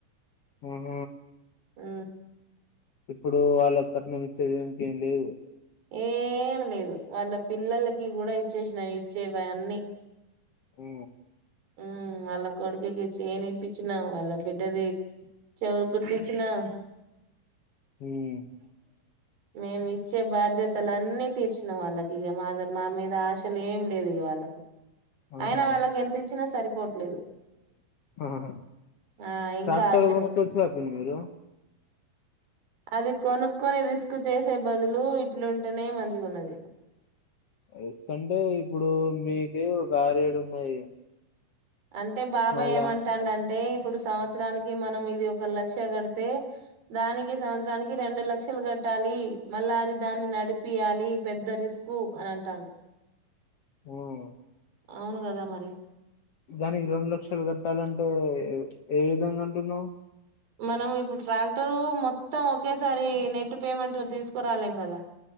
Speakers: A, on the left; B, on the right.
A: ఉహ
B: ఉమ్,
A: ఇప్పుడు వాళ్ళ కట్నం ఇచ్చేది ఇంకేం లేదు
B: ఏం లేదు వాళ్ళ పిల్లలకి కూడా ఇచ్చేసినావి ఇచ్చే అన్ని
A: ఓ
B: ఉ వాళ్ళ కొడుకికి చేన్ ఇప్పిచ్చినా వాళ్ళ బిడ్డది చెవులు కుట్టించినా
A: ఉమ్
B: మేము ఇచ్చే బాధ్యతలు అన్నిీ తీర్చిన వాళ్ళకి ఇక మా మా మీద ఆశలు ఏమి లేదు ఇక వాళ్ళకి
A: ఆహా
B: అయినా వాళ్ళకి ఎంత సరిపోవట్లేదు
A: ఆహా
B: ఆ ఇంకా
A: ట్రాక్టర్
B: ఆశనే
A: కొనుక్కోవచ్చుగా పిన్ని మీరు
B: అది కొనుక్కని రిస్ చేసే బదులు ఇట్లుంటేనే మంచిగున్నది
A: ఎసుకంటే ఇప్పుడు మీకే ఒక ఆరు ఏడు ఉన్నాయి
B: అంటే బాబాయ
A: మళ్ళా
B: ఏమంటాండ అంటే ఇప్పుడు సంవత్సరానికి మనం ఇది ఒక లక్ష కడితే దానికి సంవత్సరానికి రెండు లక్షలు కట్టాలి మళ్ళా అది దాన్ని నడిపియాలి పెద్ద రిస్క్ అని అంటాండు
A: ఆఓ
B: అవును కదా మరి
A: దానికి రెండు లక్షలు కట్టాలంటే ఏ విధం గా అంటున్నావ్
B: మనం ఇప్పుడు ట్రాక్టరు మొత్తం ఒకేసారి నెట్ పేమెంట్ తో తీసుకురాలేం కదా